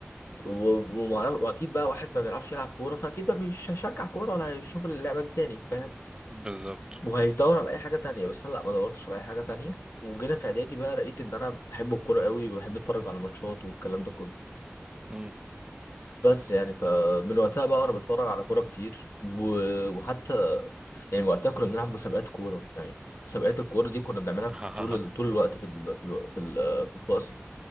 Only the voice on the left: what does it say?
و- ومعرف واكيد بقى واحد ما بيعرفش يلعب كوره فاكيد ما مش هشجع كوره ولا هيشوف اللعبه دي تاني فاهم
وهيدور على اي حاجه تانية بس انا لا ما دورتش على اي حاجه تانية وجينا في اعدادي بقى لقيت ان انا بحب الكوره قوي وبحب اتفرج على الماتشات والكلام ده كله
بس يعني فمن وقتها بقى وانا بتفرج على كوره كتير و- وحتى يعني وقتها كنا بنلعب مسابقات كوره يعني مسابقات الكوره دي كنا بنعملها
في طول ال- طول الوقت في ال- في الو- في ال- في الفصل